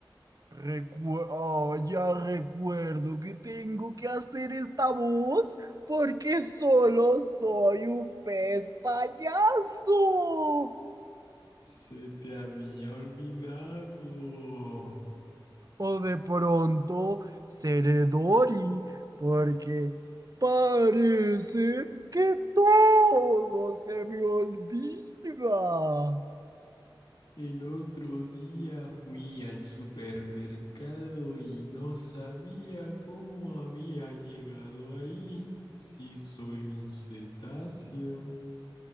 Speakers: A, on the right (about 45°); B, on the left (about 70°).
A: Recu- ah, ya recuerdo que tengo que hacer esta voz porque solo soy un pez payaso.
B: Se te había olvidado.
A: O de pronto seré Dory, porque parece que todo se me olvida.
B: El otro día fui al supermercado y no sabía cómo había llegado ahí. Si soy un cetáceo.